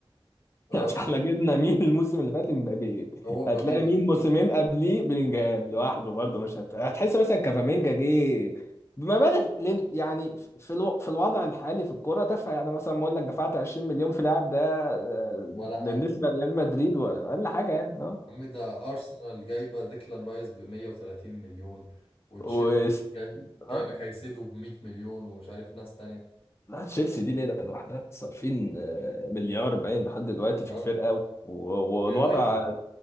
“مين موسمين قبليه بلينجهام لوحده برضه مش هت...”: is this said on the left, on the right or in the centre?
Left